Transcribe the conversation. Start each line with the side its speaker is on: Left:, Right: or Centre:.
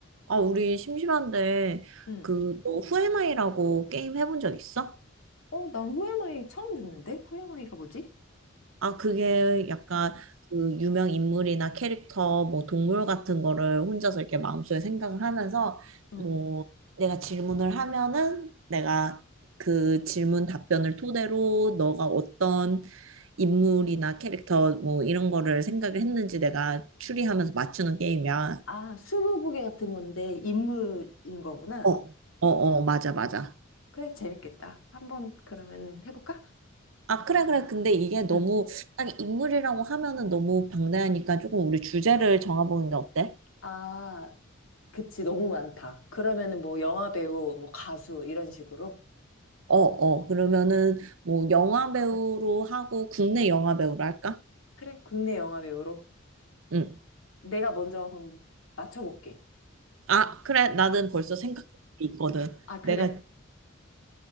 Right: 아, 우리 심심한데,
Left: 응.
Right: 그, 너 후에마이라고 게임 해본 적 있어?
Left: 어, 난 후에마이 처음 듣는데? 후에마이가 뭐지?
Right: 아, 그게 약간
Left: 어,
Right: 그 유명 인물이나 캐릭터, 뭐 동물 같은 거를 혼자서 이렇게 마음속에 생각을 하면서,
Left: 응.
Right: 뭐, 내가 질문을 하면은 내가 그 질문 답변을 토대로 너가 어떤 인물이나 캐릭터, 뭐 이런 거를 생각을 했는지 내가 추리하면서 맞추는 게임이야.
Left: 아, 스무고개 같은 건데 인물인 거구나.
Right: 어, 어, 어, 맞아, 맞아.
Left: 그래, 재밌겠다. 한번 그러면은 해볼까?
Right: 아, 그래, 그래. 근데 이게 너무
Left: 응.
Right: 딱 인물이라고 하면은 너무 방대하니까 조금 우리 주제를 정해보는 게 어때?
Left: 아, 그치, 너무 많다. 그러면은 뭐 영화배우, 뭐 가수 이런 식으로.
Right: 어, 어. 그러면은 뭐 영화
Left: 응.
Right: 배우로 하고 국내 영화 배우로 할까?
Left: 그래, 국내 영화배우로.
Right: 응.
Left: 내가 먼저 그럼 맞춰볼게.
Right: 아, 그래. 나는 벌써 생각해 있거든.
Left: 아,
Right: 내가
Left: 그래?
Right: 하면